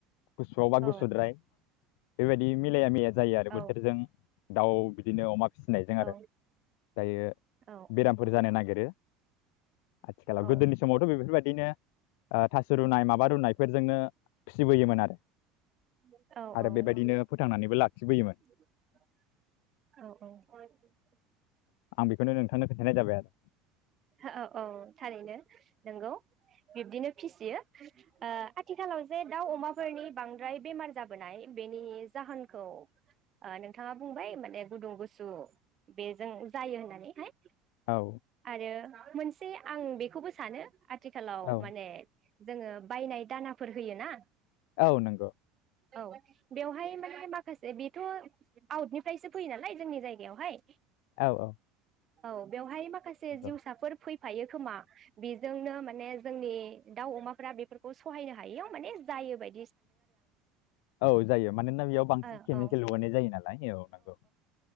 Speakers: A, on the left; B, on the right.
A: गुसुआवबा
B: औ
A: गुसुद्राय बेबायदि मिलाया मिलाया जायो आरो
B: औ
A: बोथोरजों दाउ बिदिनो अमा फिसिनायजों
B: औ
A: आरो दायो
B: औ
A: बेरामफोर जानो नागिरो आथिखालाव
B: औ
A: गोदोनि बेफोरबायदिनो थास' रुनाय माबा रुनायफोरजोंनो फिबोयोमोन आरो।
B: औ
A: आरो बेबायदिनो
B: औ
A: फोथांनानैबो लाखिबोयोमोन
B: औ औ
A: आं बेखौनो नोंथांनो खोन्थानाय जाबाय आरो।
B: हो औ औ थारैनो नोंगौ बिब्दिनो फिसियो ओ आ आथिखालाव जे दाउ अमाफोरनि बांद्राय बेमार जाबोनाय बेनि जाहोनखौ ओ नोंथाङा बुंबाय माने गुदुं गुसु बेजों जायो होननानैहाय।
A: औ
B: ओ मोनसे आं बेखौबो सानो आ आथिखालाव
A: औ
B: माने जोङो बायनाय दानाफोर होयो ना?
A: औ नंगौ।
B: औ बेवहाय माने माखासे बेथ' आउटनिफ्रायसो फैयो नालाय जोंनि जायगायावहाय
A: औ औ
B: औ बेवहाय मा माखासे
A: नंगौ
B: जिउसाफोर फै होफायो खोमा बेजोंनो माने जोंनि दाउ अमाफोरा बेफोरखौ सहायनो हायियाव माने जायो बाय
A: औ जायो मानोना बेयाव बांसिन
B: आङो
A: केमिकेल लगायनाय जायो नालाय औ नंगौ